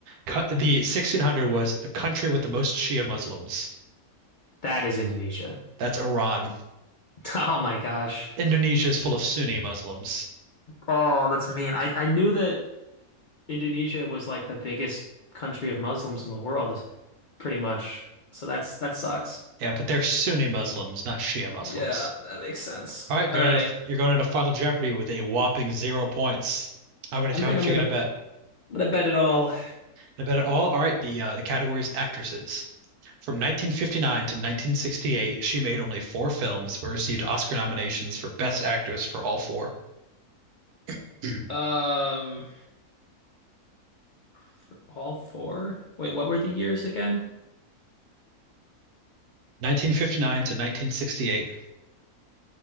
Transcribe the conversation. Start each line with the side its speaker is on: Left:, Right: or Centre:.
Right: Co- the 1600 was the country with the most Shia Muslims.
Left: That is Indonesia. <laughs>
Right: That's Iran.
Left: Oh my gosh.
Right: Indonesia is full of Sunni Muslims.
Left: Oh, that's mean. I I knew that. Indonesia was like the biggest country of Muslims in the world, pretty much. So that's that sucks.
Right: Yeah, but they're Sunni Muslims, not Shia Muslims.
Left: Yeah, that makes sense.
Right: All right, going
Left: All right.
Right: into you're going into Final Jeopardy with a whopping zero points. How many
Left: I
Right: how
Left: think
Right: much
Left: I'm
Right: you
Left: gonna
Right: gonna bet?
Left: gonna bet it all.
Right: Gonna bet it all? All right, the uh, the category is actresses. From 1959 to 1968, she made only four films but received Oscar nominations for Best Actress for all four. <clears throat>
Left: Um, for all four? Wait, what were the years again?
Right: 1959 to 1968.